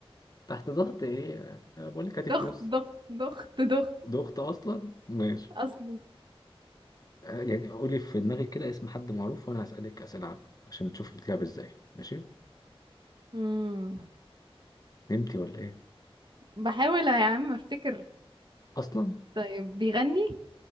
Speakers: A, on the left (about 40°); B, on the right (about 50°).
A: تحت ضغط ايه آه، بقول لك هاتي
B: ضغط
A: فلوس
B: ضغط ضغط ضغط
A: ضغط اصلا ماشي
B: اصلا
A: آه، يعني قولي في دماغك كده اسم حد معروف وانا هسألك اسئلة عنه عشان نشوف بتلعب ازاي ماشي
B: امم
A: نمتي ولا ايه
B: بحاول يا عم افتكر
A: اصلا
B: طيب بيغني